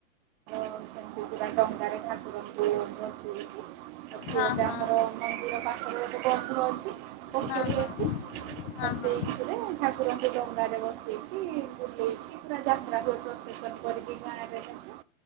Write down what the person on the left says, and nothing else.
ହଁ
ହଁ
ହଁ ହଁ
ହଁ
ହଁ